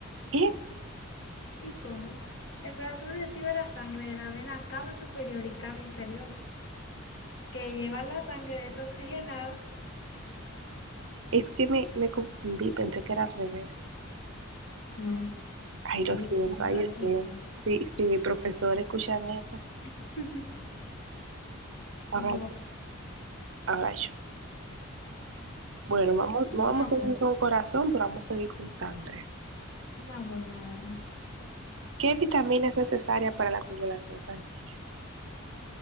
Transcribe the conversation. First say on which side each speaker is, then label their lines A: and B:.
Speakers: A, on the right; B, on the left.
A: ¿Qué?
B: ¿Y cómo? El corazón recibe la sangre de la vena cava superior y cava inferior, que lleva la sangre desoxigenada.
A: Es que me, me confundí, pensé que era al revés.
B: No,
A: Ay, lo
B: te equivocas,
A: siento, ay,
B: te vas
A: Dios
B: bien.
A: mío. Sí, sí, mi profesor escuchan esto.
B: <laughs> Te
A: Ahora,
B: equivocas.
A: ahora yo. Bueno, vamos, no vamos
B: Una
A: a
B: buena,
A: seguir con corazón, pero vamos a seguir con sangre.
B: una buena. Dani.
A: ¿Qué vitamina es necesaria para la coagulación sanguínea?